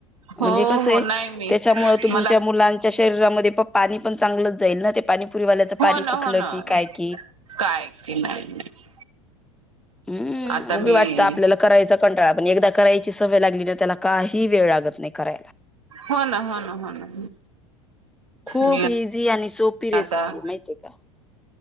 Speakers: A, on the right; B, in the centre.
A: हो
B: म्हणजे कसय
A: हो नाही मी
B: त्याच्यामुळे तुमच्या
A: मला
B: मुलांच्या शरीरामध्ये प पाणी पण चांगलंच जाईल ना पाणीपुरीवाल्याच पाणी
A: हो ना
B: कुठलं
A: हो ना
B: कि काय कि
A: काय की नाही नाही
B: हम्म
A: आता
B: उगी
A: मी
B: वाटतं आपल्याला करायचा कंटाळा पण एकदा करायची सवय लागली त्याला काही वेळ लागत नाही करायला.
A: हो ना हो ना हो ना.
B: खूप
A: मी
B: इझी आणि सोपी रेसिपी
A: आता
B: माहिती आहे का?